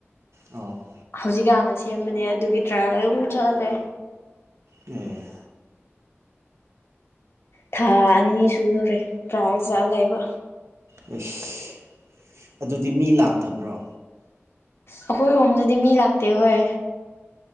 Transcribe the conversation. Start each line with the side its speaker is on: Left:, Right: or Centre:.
Right: ꯑꯣ
Left: ꯍꯧꯖꯤꯛꯀꯥꯟꯗ ꯁꯦꯝꯕꯅꯦ ꯑꯗꯨꯒꯤ ꯇ꯭ꯔꯥꯌꯦꯜ ꯑꯗꯨꯝ ꯆꯠꯂꯦ
Right: ꯑꯨꯡ
Left: ꯊꯥ ꯑꯅꯤ ꯁꯨꯗꯣꯔꯦ ꯇ꯭ꯔꯥꯏ ꯆꯥ ꯂꯩꯕ
Right: ꯌꯦꯁ ꯑꯗꯨꯗꯤ ꯃꯤ ꯂꯥꯛꯇꯕ꯭ꯔꯣ
Left: ꯑꯩꯈꯣꯏ ꯔꯣꯝꯗꯗꯤ ꯃꯤ ꯂꯥꯛꯇꯦ ꯍꯣꯏ